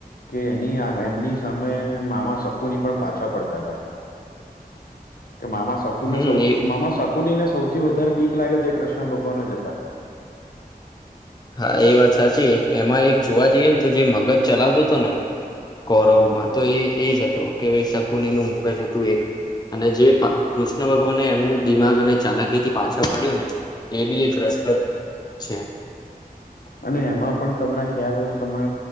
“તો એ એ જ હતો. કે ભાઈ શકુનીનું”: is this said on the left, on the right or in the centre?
Left